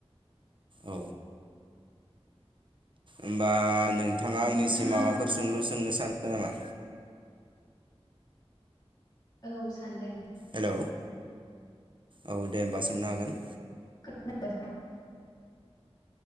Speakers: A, on the right; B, on the left.
A: औ ओमबा नोंथाङा
B: नोंथाङा
A: आंनिसिम माबाफोर सोंलु सों नो सान्दों नामा?
B: औ सान्दों
A: हेलौ औ दे ओमबा सोंनो हागोन।
B: <inaudible>